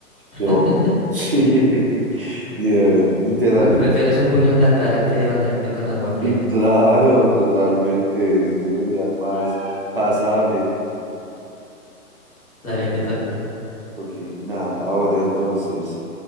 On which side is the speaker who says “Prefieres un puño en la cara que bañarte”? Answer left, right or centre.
Left